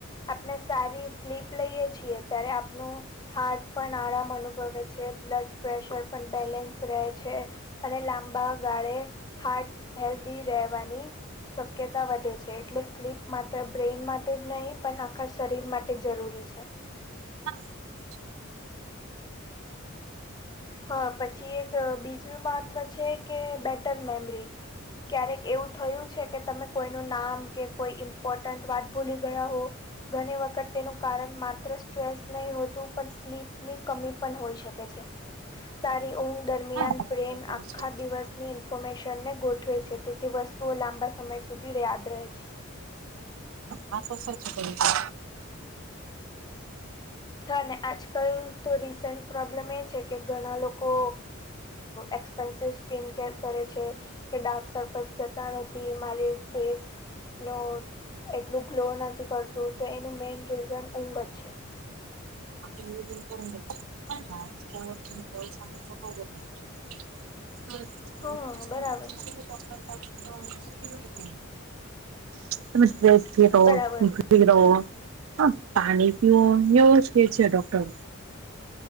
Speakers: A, on the left (about 20°); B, on the right (about 70°).
A: આપણે સારી સ્લીપ લઈએ છીએ ત્યારે આપણુ હાર્ટ પણ આરામ અનુભવે છે બ્લડ પ્રેશર પણ બેલેન્સ રહે છે અને લાંબા ગાળે હાર્ટ હેલ્ધી રહેવાની શક્યતા વધે છે છે એટલે સ્લીપ માત્ર બ્રેઇન માટે જ નહીં પણ આખા શરીર માટે જરૂરી છે
B: <unintelligible>
A: હા પછી એક બીજું મહત્વ છે કે બેટર મેમરી ક્યારેક એવું થયું છે કે તમે કોઈનું નામ કે કોઈ ઈમ્પોર્ટન્ટ વાત ભૂલી ગયા હો ઘણી વખત તેનું કારણ માત્ર સ્ટ્રેસ નહી હોતું પણ સ્લીપની કમી પણ હોઈ શકે છે સારી ઊંઘ દરમિયાન
B: હા બરાબર
A: બ્રેન
B: કહ્યું
A: આખા
B: છે.
A: દિવસ ની ઇન્ફોમેશન ને ગોઠવે છે તેથી વસ્તુઓ લાંબા સમય સુધી યાદ રહે છે
B: આતો સાચું ક્યુ તમે
A: હા આજકાલ તો રિસન્ટ પ્રોબ્લેમ એ છે કે ઘણા લોકો એકક્સપેન્સિિવ સ્કિન કેર કરે છે કે ડાર્ક સર્કલ જતા નથી મારી ફેસ નો એટલું ગ્લો નથી કરતું તો એનું મેઇન રીઝન ઊંઘ જ છે
B: <unintelligible> તો ડોક્ટર
A: હા બરાબર
B: <inaudible> <unintelligible> <unintelligible>
A: બરાબર
B: પાણી પીવો એવું જ કે છે ડોક્ટર